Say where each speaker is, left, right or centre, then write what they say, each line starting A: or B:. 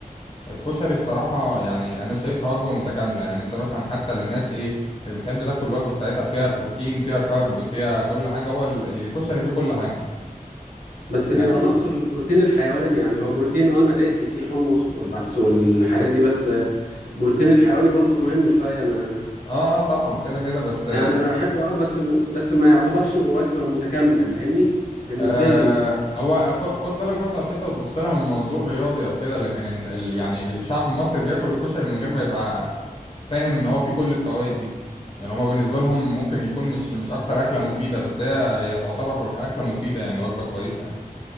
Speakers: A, on the left; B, on the left.
A: الكشري بصراحة يعني انا شايفها وجبة متكاملة يعني انت مثلا حتى للناس ايه اللي بتحب تاكل الوجبة بتاعتها فيها بروتين فيها كارب فيها كل حاجة هو ال- الكشري فيه كل حاجة
B: بس
A: يعني
B: بيبقى ناقصه البروتين الحيواني يعني هو بروتين اه نباتي فيه حمص والعدس والحاجات دي بس البروتين الحيواني برضو مهم شوية أنا
A: اه آه، طبعا كده كده بس
B: يعني أنا بحب أه بس م- بس ما يعتبرش وجبة متكاملة فاهمني بالنسبة
A: آه
B: لي أنا
A: هو خ- خد بالك برضه عشان انت بتبص لها من منظور رياضي او كده لكن ال ال يعني الشعب المصري بياكل الكشري من غير ما يبقى فاهم ان هو فيه كل الفوائد دي يعني هما بالنسبه لهم ممكن يكون مش مش اكتر اكله مفيده بس هي هي تعتبر اكله مفيده يعني وجبه كويسه يعني